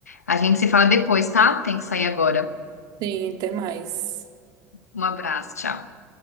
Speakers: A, on the left; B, on the right.
A: A gente se fala depois, tá? Tem que sair agora.
B: Sim, até mais.
A: Um abraço, tchau.